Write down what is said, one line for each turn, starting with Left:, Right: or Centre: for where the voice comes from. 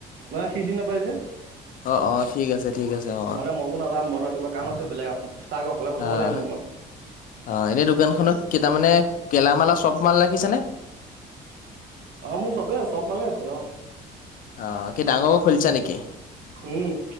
Right: মানে সি চিনি নাপায় যে
Left: অ-অ ঠিক আছে। ঠিক আছে অ',
Right: মানে মইতো নাযাম মইো ৰাতিপুৱা কাম আছে বেলেগ আ তাকে অকলে পঠাব
Left: অ',
Right: লাগিব মই।
Left: অ' এনে দোকানখনত কেই তাৰ মানে কেলামাল আৰু চব মাল ৰাখিছে নে।
Right: অ' মোৰ চবেই আছে চব মানে আছে অ,
Left: অ কি ডাঙৰক খুলিছা নেকি?
Right: উম